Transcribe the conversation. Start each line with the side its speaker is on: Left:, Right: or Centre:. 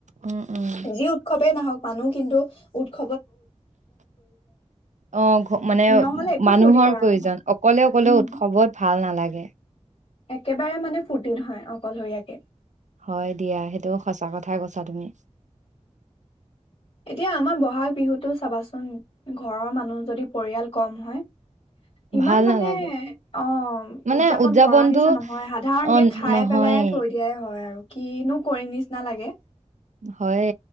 Right: উম উম
Left: যি উৎসৱেই নাহওক মানুহ কিন্তু উৎস
Right: অ মানে
Left: নহলে একো
Right: মানুহৰ
Left: ফূৰ্তি কৰা
Right: প্ৰয়োজন
Left: নহয়
Right: অকলে অকলে
Left: উম
Right: উৎসৱত ভাল নালাগে ওম
Left: একেবাৰে মানে ফূুৰ্তি নহয় অকলশৰীয়াকে
Right: হয় দিয়া সেইটো সঁচা কথাই কৈছা তুমি
Left: এতিয়া আমাৰ বহাগ বিহুতো চাবাচোন ঘৰৰ মানুহ যদি পৰিয়াল কম হয় ইমান
Right: ভাল
Left: মানে
Right: নালাগে
Left: অ
Right: মানে
Left: উৎযাপন
Right: উদযাপনটো
Left: কৰা নিচিনা নহয় সাধাৰণ
Right: অ
Left: কে খাই
Right: নহয়ে
Left: পেলাই থৈ দিয়াই হয় আৰু কিনো কৰিম নিচিনা লাগে
Right: হয়